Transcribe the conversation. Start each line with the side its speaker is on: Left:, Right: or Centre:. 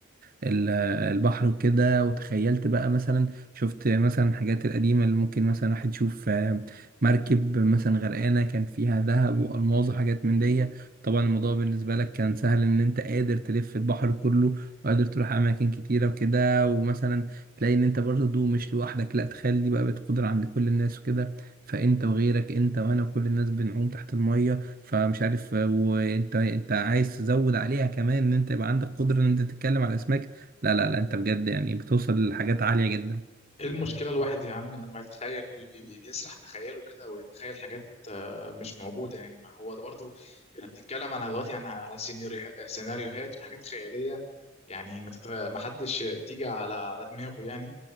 Right: ال البحر وكده وتخيلت بقى مثلا شفت مثلا الحاجات القديمه اللي ممكن مثلا واحد يشوف آه، مركب مثلا غرقانه كان فيها ذهب والماظ وحاجات من دي طبعا الموضوع بالنسبه لك كان سهل ان انت قادر تلف البحر كله وقادر تروح اماكن كتيره وكده ومثلا تلاقي ان انت برضه مش لوحدك لا تخيل دي بقى بقت قدرة عند كل الناس وكده فانت وغيرك انت وانا وكل الناس بنعوم تحت المية فمش عارف آه، وانت انت عايز تزود عليها كمان ان انت يبقى عندك قدرة ان انت تتكلم على الاسماك لا لا لا انت بجد يعني بتوصل لحاجات عالية جدا
Left: ايه المشكله الواحد يا عم لما يتخيل وي- بي- بي- بيسرح بخياله كده ويتخيل حاجات آه، مش موجوده يعني ما هو ده برضو احنا بنتكلم على دلوقتي يعني على سيناريو- سيناريوهات وحاجات خياليه يعني ما, تت... ما حدش تيجي على على دماغه يعني